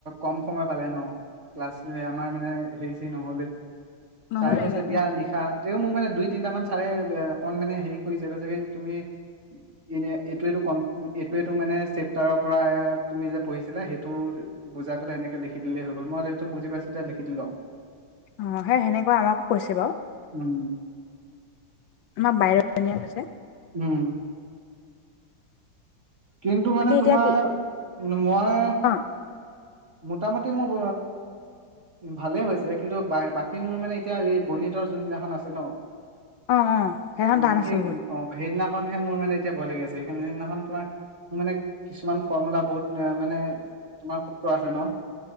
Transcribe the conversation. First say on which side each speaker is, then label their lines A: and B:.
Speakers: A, on the right; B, on the left.
A: কম সময় পালে ন। ক্লাছ আমাৰ মানে হে নহ'লে
B: নহলেগে
A: চাই কৈছে দিয়া লিখা তেওঁ মোক মানে দুই তিনটা মান চাৰে অকন মানে হেৰি কৰিছে কৈছেগে তুমি, এনে এইটো-এইটো ক ত এইটো মানে চেপ্টাৰৰ পৰা তুমি, যে পঢ়িছিলা সেইটো বুজাই পেলাই সেনেকৈ লিখি দিলেই হৈ গ'ল। মই সেইটো বুজি পাইছোঁ তেতিয়া লিখি লওঁ।
B: অ', সেই সেনে আমাকো কৈছে বাৰু
A: উম
B: আমাৰ বাই এজনীয়ে কৈছে।
A: উম, কিন্তু
B: বাকী
A: মানে
B: এতিয়া
A: তোমাৰ
B: কি
A: মই
B: অ
A: মোটামুটি মোৰ ভালেই হৈছে, কিন্তু বাকী মোৰ মানে এতিয়া এই গণিতৰ যোনদিনাখন আছে ন?
B: অ অ সেইখন
A: উম,
B: টান আছে
A: সেই
B: বহুত
A: অ', স ন খহে মোৰানে এতিয়ায় লাগি আছে সেইদিনাখন তুমাৰ। মোৰ মানে কিছুমান ফৰ্মুলা বহুত মানে তোমাৰ সূত্ৰ আছে ন।